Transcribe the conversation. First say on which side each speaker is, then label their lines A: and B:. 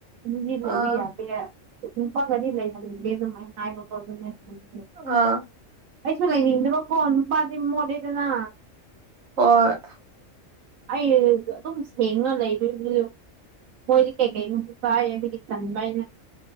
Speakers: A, on the right; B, on the right.
A: ꯑꯗꯨꯗꯤ ꯂꯩꯕ
B: ꯑꯥ
A: ꯌꯥꯗꯦ ꯅꯨꯄꯥꯒꯗꯤ ꯂꯩꯍꯟꯅꯤꯡꯗꯦ ꯑꯗꯨꯝ ꯑꯩꯅ ꯍꯥꯏꯕ ꯈꯣꯠ ꯑꯗꯨ
B: ꯑ
A: ꯑꯩꯁꯨ ꯂꯩꯅꯤꯡꯗꯕꯀꯣ ꯅꯨꯄꯥꯗꯤ ꯃꯣꯠꯂꯦꯗꯅ
B: ꯍ
A: ꯑꯩ ꯑꯗꯨꯝ ꯁꯦꯡꯅ ꯂꯩꯗꯣꯏ ꯃꯣꯏꯗꯤ ꯀꯩꯀꯩꯅꯅꯕꯨ ꯆꯥꯏ ꯑꯗꯨꯒꯤ ꯆꯅꯤꯡ ꯀꯥꯏꯅ